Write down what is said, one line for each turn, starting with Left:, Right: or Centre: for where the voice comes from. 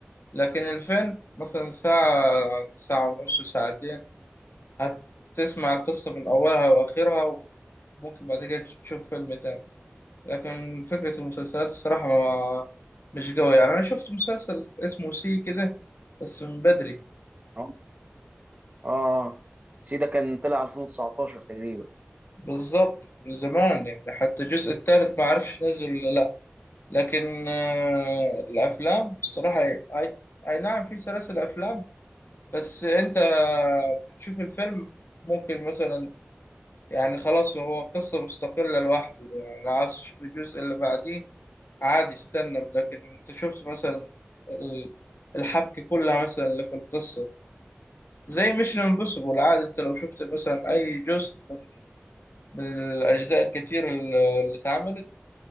Left: لكن الفيلم مثلا ساعه ساعه ونص ساعتين هتسمع القصه من اولها واخرها وممكن بعد كده تشوف فيلم تاني لكن فكره المسلسلات الصراحه ما مش قوي يعني انا شفت مسلسل اسمه سي كده بس من بدري
Right: اه اه سيدا كان طلع 2019 تقريبا
Left: بالظبط من زمان يعني حتى الجزء الثالث ما عرفش نزل ولا لا لكن آه، الافلام بصراحه اي اي نعم في سلاسل افلام بس انت بتشوف الفيلم ممكن مثلا يعني خلاص هو قصه مستقله لوحده يعني لو عايز تشوف الجزء اللي بعديه عادي استنى لكن انت شفت مثلا ال- الحبكه كلها مثلا اللي في القصه زي ميشن امبوسيبل عادي انت لو شفت مثلا اي جزء من من الاجزاء الكتير اللي اللي اتعملت